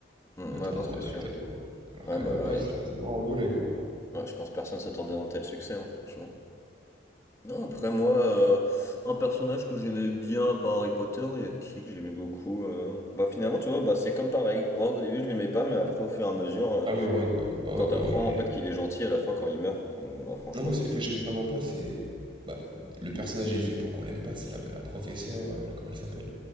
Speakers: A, on the left; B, on the right.
A: Mm,
B: à être
A: ouais, non,
B: un grand
A: c'est sûr.
B: acteur, quoi. Alors
A: Ouais,
B: que
A: bah
B: là,
A: là,
B: paf,
A: et-
B: ça les a envolés, quoi.
A: ouais, je pense que personne s'attendait à un tel succès, hein, franchement. Non, après, moi, euh, un personnage que j'aimais bien par Harry Potter, il y a qui que j'aimais beaucoup euh, Bah, finalement, tu vois, bah, c'est comme pareil. Rogue, au début, je l'aimais pas, mais après, au fur et à mesure, euh,
B: Ah oui, le Rogue, ouais. Bah
A: quand
B: oui,
A: t'apprends
B: oui, Rogue, il
A: en
B: est...
A: fait qu'il est gentil à la fin quand il meurt, mm, bah, franchement.
B: Non, moi, celle que j'aime vraiment pas, c'est... Bah, le personnage est fait pour qu'on l'aime pas, c'est la, la professeure, euh, comment elle s'appelle?